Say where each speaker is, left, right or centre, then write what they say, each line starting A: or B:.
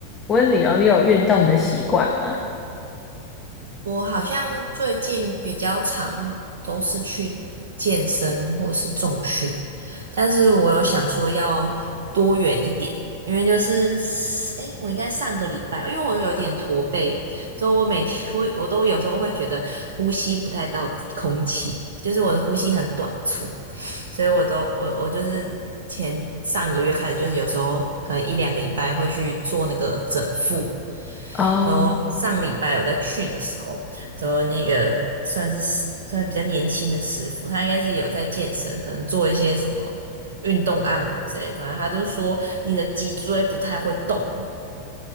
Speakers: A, on the left (about 20°); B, on the right (about 55°).
A: 我问你哦，你有运动的习惯吗？
B: 我好像最近比较常都是去健身或是重训，但是我有想说要多元一点，因为就是诶，我应该上个礼拜，因为我有点驼背，所以我每天我我都有时候会觉得呼吸不太到空气，就是我的呼吸很短促，所以我都我我就是前上个月开始，就是有时候可能一两个礼拜会去做那个整腹。
A: 哦，
B: 然后上礼拜我在去的时候，然后那个算是师算是比较年轻的师傅，他应该是有在健身，可能做一些什么运动按摩之类，反正他就说你的脊椎不太会动，